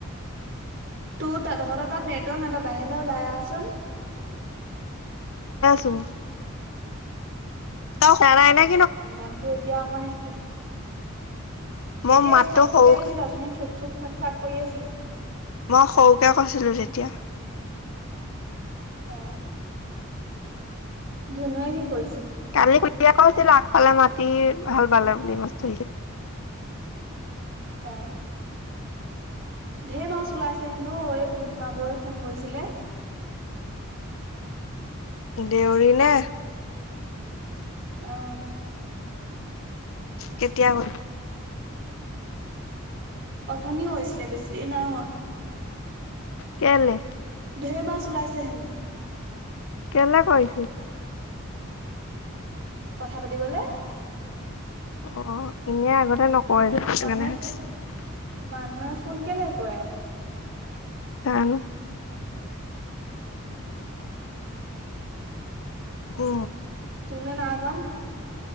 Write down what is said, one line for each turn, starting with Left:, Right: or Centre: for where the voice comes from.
Right: তো তাত তহঁতৰ তাত নেটৱৰ্ক নাই বাহিৰলৈ ওলাই আহচোন।
Left: টো। তই শুনা নাই নেক
Right: অ মাততো এতিয়া অকণ ইচ পচ
Left: মই
Right: এতিয়া
Left: মাতটো
Right: স্পষ্টকে
Left: সৰু
Right: আহিছিলে অথনি থুক থুক থাক থাক কৰি আছিলে।
Left: মই সৰুকে কৈছিলো তেতিয়া।
Right: অ ধুনুৱে কি কৰিছে?
Left: কালি খুড়ীয়ে আগফালে মাটি শাল বালে বুলি মাছ ধৰিছিল।
Right: অ। ঢেৰ মাছ ওলাইছে হেনো এই পূৰ্ণিমা বৌৱে ফোন কৰিছিলে।
Left: দেউৰী নে?
Right: অহ
Left: কেতিয়া হ'ল?
Right: অথনি হৈছিলে বেছি দেই হোৱা।
Left: কেলে
Right: ঢেৰ মাছ ওলাইছে হেনো।
Left: কেলে কৈছিল?
Right: কথা পাতিবলে
Left: অ এনেই আগতে নকৰে যে সেইটো
Right: মানুহে
Left: কাৰণে সুধিছোঁ।
Right: ফো মানুহে ফোন কেলে কয় আক
Left: জানোঁ
Right: উম
Left: অ
Right: তুলে নাই কৰা নি?